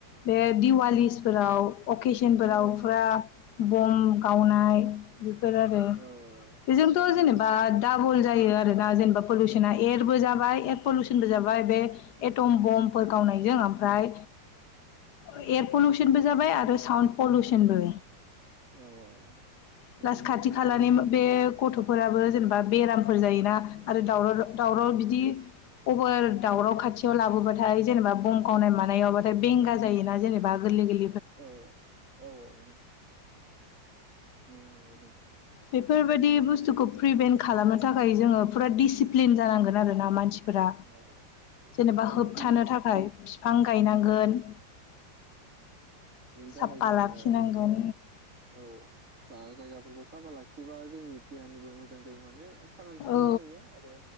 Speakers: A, on the left; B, on the right.
A: बे दिवालिसफोराव अकेसनफोराव
B: औ
A: फुरा बम गावनाय बेफोर आरो
B: औ
A: बेजोंथ
B: औ
A: जेनेबा
B: बे गमा
A: दाबल जायो आरोना जेनेबा पलुसना एयारबो जाबाय एयार पलिउसनबो जाबाय बे एटम बमफोर गावनायजों ओ मफ्राय एयार पलुसनबो जाबाय आरो साउन्ड पलिउसनबो
B: औ बिदिनो
A: प्लास खाथि खालानि
B: बे
A: बे गथ'फोराबो जेनेबा बेरामफोर जायोना आरो दावराव-दावराव बिदि अबार दावराव खाथियाव लाबोबाथाय जेनेबा बम गावनाय मानायावबाथाय बेंगा जायोना जेनेबा गोरलै-गोरलै
B: औ औ औ औ नंगौ दे
A: बेफोरबायदि बुस्थुखौ प्रिभेन्ट खालामनो थाखाय जोंङो फुरा डिसिप्लिन जानांगोन आरो ना मानसि फोरा
B: औ औ
A: जेनेबा
B: आरो
A: होबथानो
B: बेनि
A: थाखाय बिफां गायनांगोन
B: औ बिनि थाखाय
A: साफा
B: जोंङो
A: लाखिनांगोन
B: औ जा-जायगाफोरखौ साफा लाखिबा जोंनि देहानिबो मोजां जायो माने साखोन सिखोनबो
A: औ
B: नुयो आरो